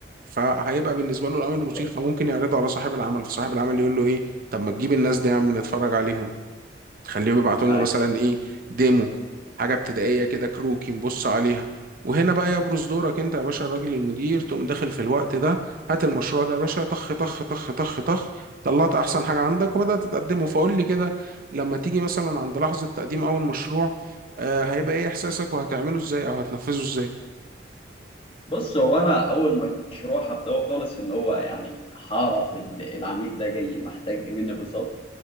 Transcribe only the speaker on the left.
بالظبط
أيوه.
بص هو انا اول مشروع هبداه خالص ان هو يعني هعرف ال- العميل ده جاي محتاج ايه مني بالظبط